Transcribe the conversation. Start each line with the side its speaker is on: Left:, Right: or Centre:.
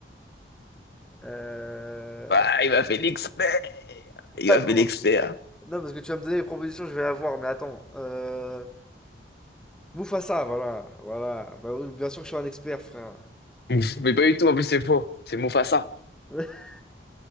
Centre: Euh,
Left: Ah, il m'a fait l'expert! Il
Centre: Attends,
Left: m'a fait l'expert.
Centre: non, parce que tu vas me donner les propositions, je vais la voir, mais attends. Euh... Mufasa, voilà, voilà. Bah oui, bien sûr que je suis un expert, frère.
Left: Mais pas du tout, en plus, c'est faux. C'est Mufasa.
Centre: <laughs>